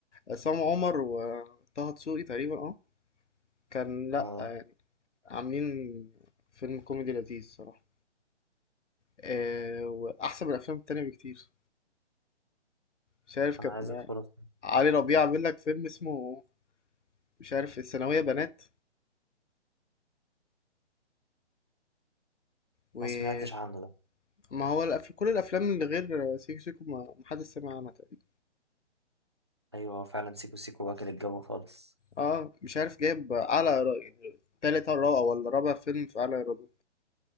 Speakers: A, on the left; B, on the right.
A: عصام عمر وطه دسوقي تقريبا اه كان لا
B: اه
A: آه، عاملين فيلم كوميدي لذيذ صراحه آه واحسن من الافلام التانية بكتير مش عارف كان
B: انا عايز ادخله
A: علي ربيع عامل لك فيلم اسمه مش عارف الثانويه بنات وما
B: ما سمعتش عنه ده
A: هو الأف... كل الافلام اللي غير سيكو سيكو ما ما حدش سمع عنها تقريبا
B: ايوه فعلا سيكو سيكو واكل الجو خالص
A: اه مش عارف جايب اعلى ايرا- يعني تالت او رابع ولا رابع فيلم في اعلى ايرادات